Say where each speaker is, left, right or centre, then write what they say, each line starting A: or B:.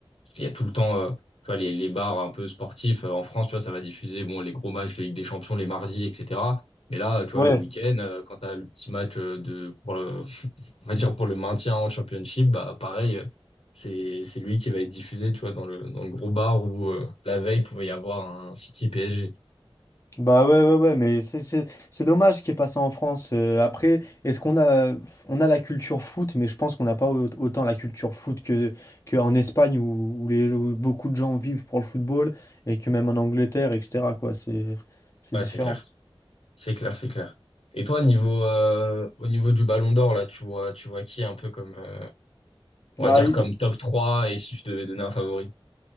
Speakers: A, on the left; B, on the left.
A: Il y a tout le temps, euh, tu vois, les, les bars un peu sportifs euh, en France, tu vois, ça va diffuser bon les gros matchs de Ligue des Champions les mardis, etc. Mais là, tu vois,
B: ouais,
A: le week-end, euh, quand t'as le petit match euh, de pour le, <laughs> on va dire pour le maintien en Championship, bah pareil, euh, c'est c'est lui qui va être diffusé, tu vois, dans le dans le gros bar où euh, la veille pouvait y avoir un City PSG.
B: bah ouais, ouais, ouais, mais c'est c'est- c'est dommage ce qui est passé en France. Euh, après, est-ce qu'on a, on a la culture foot, mais je pense qu'on n'a pas au- autant la culture foot que, qu'en Espagne où, où les, où beaucoup de gens vivent pour le football et que même en Angleterre, etc., quoi, c'est c'est
A: Ouais,
B: différent.
A: c'est clair, c'est clair, c'est clair. Et toi, niveau euh, au niveau du Ballon d'Or, là, tu vois, tu vois qui un peu comme euh, On
B: Bah,
A: va dire comme top 3 et si je devais donner un favori.